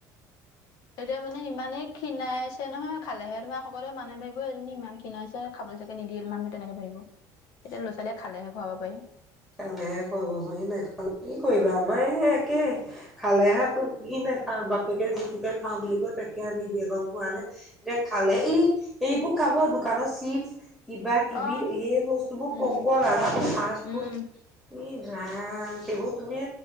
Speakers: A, on the left (about 55°); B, in the centre.
A: এতিয়া মানে ইমানেই ক্ষীণাই আছে নহয় খালেহে তোমাৰ শকত‌ হয় মানুহে ভাবিব এইজনী ইমান ক্ষীণাইছে খাবলৈ চাগে নিদিলে মানুহে তেনেকে ভাবিব।
B: <inaudible>
A: এতিয়া ল'ৰা ছোৱালীয়ে খালেহে খুৱাব পাৰি।
B: খালেহে কৰিব পাৰি নেখালে কি কৰিবা আমাৰ সেই একেই। খালেহে তোক কি নাই খা বাপেকে যিটোকে খাওঁ বুলি কয় তাকে আনি দিয়ে গম পোৱা নে। এতিয়া খালে ই এইবোৰ খাবো দোকানত চিপচ। কিবা কিবি
A: অ
B: সেই বস্তুবোৰ
A: উম
B: পগল আৰু আকৌ ফাচ
A: উম
B: ফুট। ইহ ৰাম সেইবোৰ তুমি